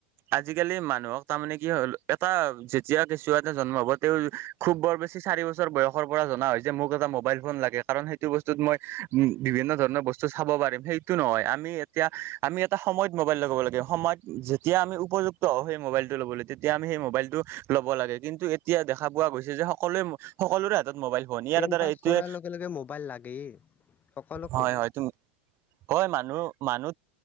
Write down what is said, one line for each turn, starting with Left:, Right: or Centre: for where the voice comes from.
Right: আজিকালি মানুহক তাৰমানে কি হ'ল এটা যেতিয়া কেঁচুৱাএটা জন্ম হব তেওঁ খুব বৰ বেছি চাৰি বছৰ বয়স পৰা জনা হয় যে মোক এটা মোবাইল ফোন লাগে কাৰণ সেইটো বস্তুত মই উম, বিভিন্ন ধৰণৰ বস্তু চাব পাৰিম সেইটো নহয় আমি এতিয়া আমি এটা সময়ত মোবাইল লগবাব লাগে সময়ত যেতিয়া আমি উপযুক্ত হওঁ সেই মোবাইল লব তেতিয়া আমি সেই মোবাইলটো ল'ব লাগে কিন্তু এতিয়া দেখা পোৱা গৈছে যে সকলোৱে সকলোৰে হাতত মোবাইল ফোন ইয়াৰ
Left: টেন
Right: দ্বাৰা
Left: পাছ
Right: এইটোৱে
Left: কৰাৰ লগে মোবাইল লাগেই সকলোকে
Right: হয় হয় তুমি হয় মানুহ মানুহ